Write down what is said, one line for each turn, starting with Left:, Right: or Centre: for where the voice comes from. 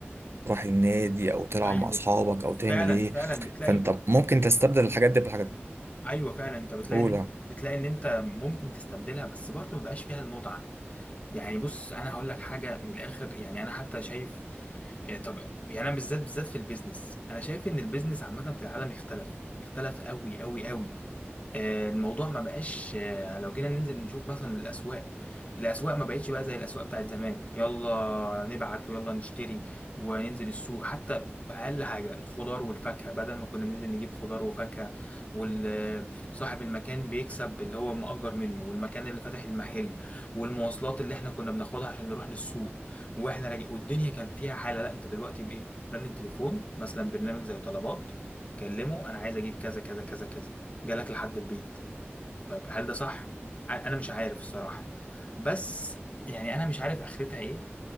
Right: تروح النادي او تلعب
Left: ايوه
Right: مع اصحابك او تعمل
Left: فعلا
Right: ايه
Left: فعلا بتلاقي
Right: فانت ممكن تستبدل الحاجات دي بحاجات
Left: ايوه فعلا انت بتلاقي
Right: اولى
Left: ان بتلاقي ان انت ممكن تستبدلها بس برضه ما بقاش فيها المتعة يعني بص انا هقول لك حاجه من الاخر يعني انا حتى شايف إيه، طب يعني انا بالذات بالذات في البيزنس انا شايف ان البيزنس عامه في العالم اختلف اختلف قوي قوي قوي آه، الموضوع ما بقاش آه، لو جينا ننزل نشوف مثلا الأسواق الأسواق ما بقتش بقى زي الأسواق بتاعت زمان يلا نبعت ويلا نشتري وننزل السوق حتى بأقل حاجة الخضار والفاكهة بدل ما كنا بننزل نجيب خضار وفاكهة وصاحب المكان بيكسب اللي هو مأجر منه والمكان اللي فاتح المحل والمواصلات اللي احنا كنا بناخدها عشان نروح للسوق واحنا راجع والدنيا كان فيها حالة لا انت دلوقتي بإيه؟ رن التليفون مثلا برنامج زي طلبات كلمه انا عايز اجيب كذا كذا كذا كذا جالك لحد البيت طيب هل ده صح ع- انا مش عارف الصراحه بس يعني انا مش عارف اخرتها ايه